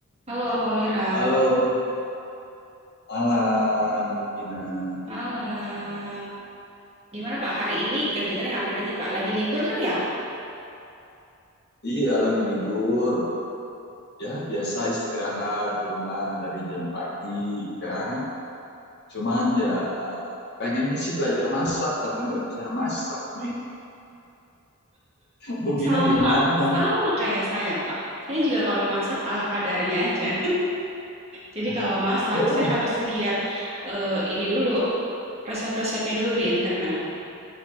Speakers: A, on the right (about 30°); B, on the left (about 50°).
A: Halo Pak Wira,
B: Halo, malam, Bu Gina.
A: malam. Gimana Pak, hari ini kegiatannya ngapain aja Pak? Lagi libur kan ya?
B: Iya, lagi libur. Ya, biasa istirahat di rumah tadi jam pagi, kan? Cuman ya, pengennya sih belajar masak, tapi nggak bisa masak nih. <laughs> Bu Gina
A: Sama,
B: gimana?
A: sama kayak saya Pak. Saya juga kalau masak ala kadarnya aja. Jadi
B: <laughs>
A: kalau masak,
B: Oh,
A: saya harus lihat eh, ini dulu, resep-resepnya dulu di internet.